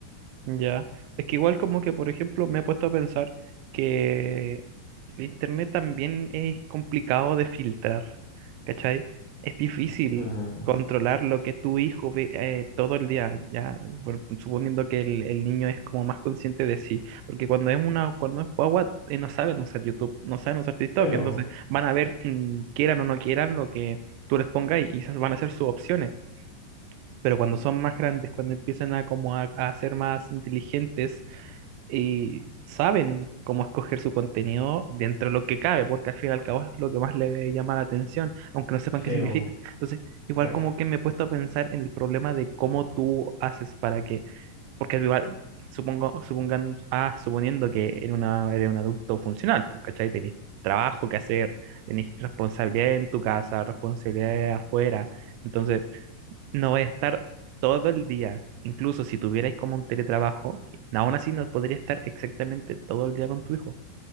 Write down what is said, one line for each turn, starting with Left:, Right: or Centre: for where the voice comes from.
Right: Ya, es que igual como que, por ejemplo, me he puesto a pensar que el internet también es complicado de filtrar, ¿cachai? Es difícil
Left: Mm,
Right: controlar lo que tu hijo ve eh, todo el día, ya, por- suponiendo que el, el niño es como más consciente de sí, porque cuando es una, cuando es guagua, eh, no saben usar YouTube, no saben usar TikTok,
Left: Sí, bo,
Right: entonces van a ver, mm, quieran o no quieran, lo que tú les pongas y esas van a ser sus opciones pero cuando son más grandes, cuando empiezan a, como a, a ser más inteligentes y saben cómo escoger su contenido dentro de lo que cabe, porque al fin y al cabo es lo que más le llama la atención, aunque no sepan qué
Left: sí,
Right: significa.
Left: bo,
Right: Entonces, igual
Left: exacto.
Right: como que me he puesto a pensar en el problema de cómo tú haces para que, porque igual... Supongo, supongan, ah, suponiendo que eres, una, eres un adulto funcional, pues, ¿cachai? Tenés trabajo que hacer, tenés responsabilidades en tu casa, responsabilidades afuera, entonces no voy a estar todo el día. Incluso si tuvierais como un teletrabajo, y- aún así no podría estar exactamente todo el día con tu hijo.